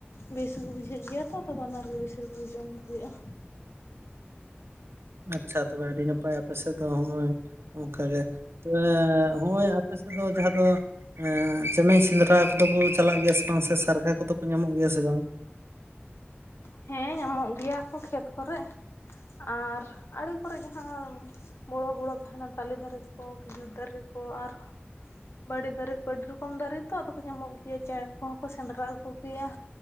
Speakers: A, on the left (about 75°); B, on the right (about 75°).
A: ᱵᱮᱥ ᱜᱮ ᱵᱩᱡᱷᱟᱹᱜ ᱜᱮᱭᱟ ᱛᱚ ᱛᱚᱵᱮ ᱚᱱᱟᱨᱜᱮ ᱵᱮᱥᱤᱨ ᱵᱷᱟᱜᱽ ᱡᱚᱢ ᱠᱚ ᱦᱩᱭᱩᱜᱼᱟ।
B: ᱟᱪᱪᱷᱟ ᱛᱚᱵᱮ ᱟᱹᱰᱤ ᱱᱟᱯᱟᱭ ᱟᱯᱮᱥᱮᱫ ᱫᱚ ᱦᱟᱸᱜ-ᱚᱭ। ᱚᱱᱠᱟᱜᱮ ᱛᱚ ᱦᱚᱸᱜᱼᱚᱭ ᱟᱯᱮ ᱥᱮᱫ ᱫᱚ ᱡᱟᱦᱟᱸ ᱫᱚ ᱼᱼ ᱪᱮᱢᱮᱧ ᱥᱮᱸᱫᱽᱨᱟ ᱠᱚᱫᱚ ᱠᱚ ᱪᱟᱞᱟᱜ ᱜᱮᱭᱟ ᱥᱮ ᱵᱟᱝ ᱥᱮ ᱥᱟᱨᱜᱟ ᱠᱚᱫᱚ ᱠᱚ ᱧᱟᱢᱚᱜ ᱜᱮᱭᱟ ᱥᱮ ᱵᱟᱝ?
A: ᱦᱮᱸ ᱧᱟᱢᱚᱜ ᱜᱮᱭᱟ ᱠᱚ ᱠᱷᱮᱛ ᱠᱚᱨᱮ᱾ ᱟᱨ ᱟᱲᱮ ᱠᱚᱨᱮ ᱡᱟᱦᱟᱸ ᱵᱚᱲᱚ ᱵᱚᱲᱚ ᱛᱟᱦᱮᱱᱟ ᱛᱟᱞᱮ ᱫᱟᱨᱮ ᱠᱚ ᱠᱷᱤᱡᱩᱨ ᱫᱟᱨᱮ ᱠᱚ ᱟᱨ ᱵᱟᱲ ᱫᱟᱨᱮ ᱠᱚ ᱟᱹᱰᱤ ᱨᱚᱠᱚᱢ ᱫᱟᱨᱮ ᱛᱚ ᱟᱫᱚ ᱠᱚ ᱧᱟᱢᱚᱜ ᱜᱮᱭᱟ ᱪᱮᱬᱮ ᱠᱚᱦᱚᱸ ᱠᱚ ᱥᱮᱸᱫᱽᱨᱟ ᱟᱜᱩ ᱠᱚᱜᱮᱭᱟ।